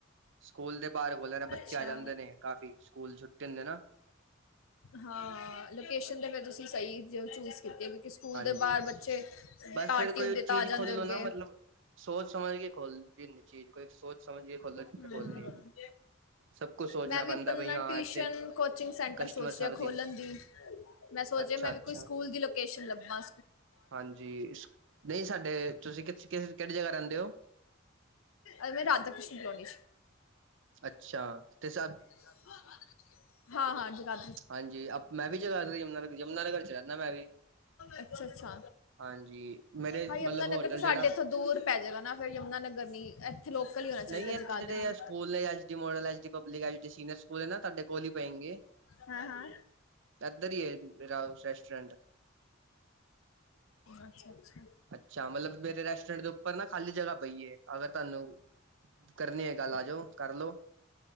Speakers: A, on the right; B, on the left.
A: ਸਕੂਲ ਦੇ ਬਾਹਰ ਬੋਲਿਆ ਬੱਚੇ
B: ਅੱਛਾ
A: ਆ ਜਾਂਦੇ ਨੇ ਕਾਫੀ, ਸਕੂਲ ਛੁੱਟੇ ਹੁੰਦੇ ਨਾ।
B: ਹਾਂ। ਲੋਕੇਸ਼ਨ ਤੇ ਫਿਰ ਤੁਸੀਂ ਸਹੀ ਜੋ ਚੂਜ਼ ਕੀਤੀ ਕਿ ਸਕੂਲ
A: ਹਾਂਜੀ
B: ਦੇ ਬਾਹਰ ਬੱਚੇ,
A: ਬਸ
B: ਪਾਰਟੀ
A: ਫਿਰ ਕੋਈ
B: ਹੁੰਦੀ ਤਾ
A: ਚੀਜ਼
B: ਆ ਜਾਦੇਗੇ।
A: ਖੋਲੋ ਨਾ ਮਤਲਬ ਸੋਚ- ਸਮਝ ਕੇ ਖੋਲ ਚੀਜ਼ ਕੋ ਸੋਚ- ਸਮਝ ਕੇ ਖੋਲ
B: ਹਮ
A: ਜਿੱਥੇ ਖੋਲਣੀ। ਸਭ ਕੁਛ ਸੋਚਣਾ
B: ਮੈਂ ਵੀ
A: ਪੈਂਦਾ
B: ਆਪਣਾ
A: ਬਈ ਹਾਂ
B: ਟਿਊਸ਼ਨ
A: ਇੱਥੇ
B: ਕੋਚਿੰਗ ਸੈਂਟਰ
A: ਕਸਟਮਰ
B: ਸੋਚ
A: ਸਰਵਿਸ
B: ਰਿਹਾ ਖੋਲਣ
A: ਦੀਆਂ।
B: ਦੀ। ਮੈਂ ਸੋਚਿਆ
A: ਅੱਛਾ
B: ਮੈਂ
A: ਅੱਛਾ
B: ਵੀ ਕੋਈ ਸਕੂਲ ਦੀ ਲੋਕੇਸ਼ਨ ਲੱਭਾ।
A: ਹਾਂਜੀ। ਨਹੀਂ ਸਾਡੇ, ਤੁਸੀਂ ਕਿਹੜੀ ਜਗ੍ਹਾ ਰਹਿੰਦੇ ਹੋ?
B: ਅ ਮੈਂ ਰਾਧਾਕ੍ਰਿਸ਼ਨ ਕਾਲੋਨੀ।
A: ਅੱਛਾ। ਤੇ ਸ
B: ਚ <inaudible> ਹਾਂ- ਹਾਂ। ਜਗਾ
A: ਹਾਂਜੀ। ਅ ਮੈਂ ਵੀ ਜਗਾਧਰੀ ਹੁਨਾ ਯਮੁਨਾ ਯਮੁਨਾਨਗਰ ਚ' ਰਹਿੰਦਾ ਮੈਂ ਵੀ।
B: ਅੱਛਾ -ਅੱਛਾ।
A: ਹਾਂਜੀ ਮੇਰੇ
B: ਹਾਈ
A: ਮਤਲਬ
B: ਅਹਮਦ
A: ਹੋਟਲ
B: ਨਗਰ ਚ' ਸਾਡੇ
A: ਜਿਹੜਾ
B: ਇੱਥੋਂ ਦੂਰ। ਪੈ ਜਾਗਾ ਨਾ ਫਿਰ ਯਮੁਨਾ ਨਗਰ ਨੀ, ਇੱਥੇ ਲੋਕਲ ਹੀ ਹੋਣਾ
A: ਨਹੀਂ
B: ਚਾਹੀਦਾ
A: ਇੱਥੇ
B: ਜਗਾਧਰੀ
A: ਜਿਹੜੇ
B: ਹੀ।
A: ਸਕੂਲ ਨੇ A D model, H D public, H D senior school ਹੈ ਨਾ ਤੁਹਾਡੇ ਕੋਲ ਹੀ ਪਏਗੇ।
B: ਹਾਂ ਹਾਂ
A: ਇੱਧਰੀ ਹੀ ਹੈ ਰਾ ਰੈਸਟੋਰੈਂਟ।
B: ਅੱਛਾ -ਅੱਛਾ।
A: ਅੱਛਾ। ਮਤਲਬ ਮੇਰੇ ਰੈਸਟੋਰੈਂਟ ਦੇ ਉੱਪਰ ਨਾ ਖਾਲੀ ਜਗ੍ਹਾ ਪਈਏ। ਅਗਰ ਤੁਹਾਨੂੰ ਕਰਨੀ ਹੈ ਗੱਲ ਆ ਜਾਓ, ਕਰ ਲੋੋ।